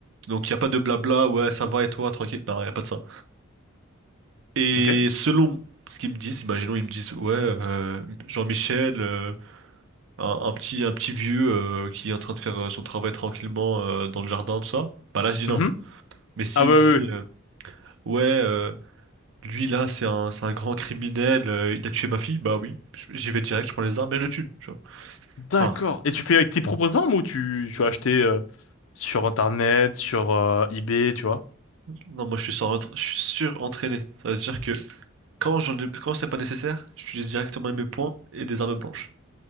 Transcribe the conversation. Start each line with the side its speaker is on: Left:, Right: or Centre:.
Right: Donc, il n'y a pas de blabla, ouais, ça va, et toi, tranquille, non, il n'y a pas de ça. Et
Left: Ok.
Right: selon ce qu'ils me disent, imaginons, ils me disent, ouais, euh, Jean-Michel, euh, un, un petit, un petit vieux euh, qui est en train de faire euh, son travail tranquillement euh, dans le jardin, tout ça, bah là je dis non.
Left: Mhm.
Right: Mais s'il
Left: Ah bah
Right: me dit
Left: oui, oui.
Right: euh, ouais, euh, lui là c'est un, c'est un grand criminel, euh, il a tué ma fille, bah oui, j- j'y vais direct, je prends les armes et je le tue. Tu vois.
Left: D'accord.
Right: Enfin,
Left: Et tu fais avec tes propres armes ou tu, tu as acheté euh, sur Internet, sur euh, eBay, tu vois?
Right: non moi je suis sans, je suis surentraîné. Ça veut dire que quand j'en ai, quand c'est pas nécessaire, j'utilise directement mes poings et des armes blanches.